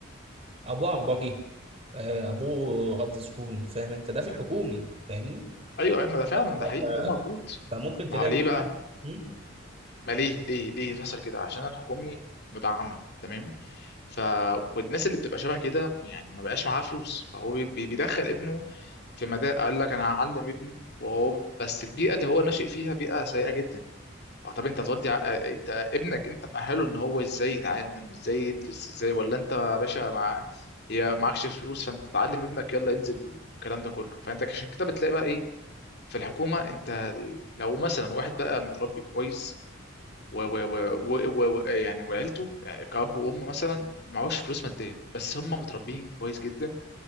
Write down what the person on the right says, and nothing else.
ابوه عربجي آه، ابوه غض سكون فاهم انت ده في الحكومي فاهمني
ف- ف-
ف-
فممكن تلاقي
ابنك
مم؟